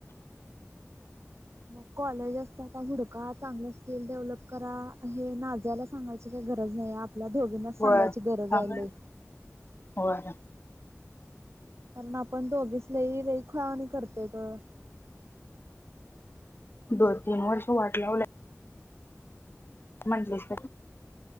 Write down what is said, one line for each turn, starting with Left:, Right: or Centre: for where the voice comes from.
Right: मग कॉलेज असता हुडका, चांगलं स्किल डेव्हलप करा हे नाजियाला सांगायची काही गरज नाही आ आपल्या दोघीनाच
Left: होय
Right: सांगायची गरज
Left: थांब
Right: हाय
Left: रे.
Right: लई
Left: होय
Right: कारण आपण दोघीच लई लई खुळ्यावानी करतोय गं
Left: दोन-तीन वर्ष वाट लावलं म्हणटलेस